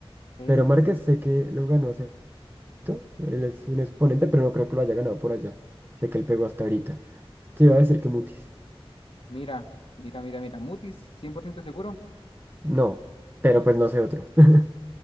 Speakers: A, on the left (about 65°); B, on the right (about 20°).
A: en-
B: pero Márquez sé que lo ganó hace Él es un exponente, pero no creo que lo haya ganado por allá. Sé que él pegó hasta ahorita. Te iba a decir que Mutis.
A: Mira, mira, mira, mira. Mutis, 100% seguro.
B: No, pero pues no sé otro. <laughs>